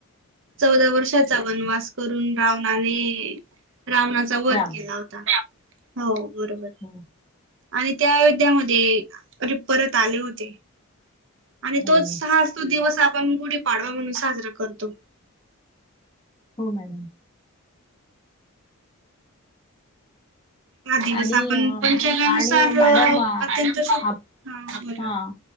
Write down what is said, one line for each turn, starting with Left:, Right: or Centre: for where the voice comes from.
Right: चौदा वर्षाचा वनवास करून रावणाने रावणाचा वध
Left: राम
Right: केला होता, हो बरोबर
Left: हो
Right: आणि त्या अयोध्यामध्ये अ परत आले होते. आणि
Left: हो
Right: तोच सा हा असतो दिवस आपण गुढीपाडवा म्हणून साजरा करतो.
Left: हो मॅडम.
Right: हा दिवस
Left: आणि
Right: आपण
Left: अ
Right: पंचांगानुसार
Left: आणि मॅडम
Right: अत्यंत
Left: आप
Right: शु हा बरं
Left: हा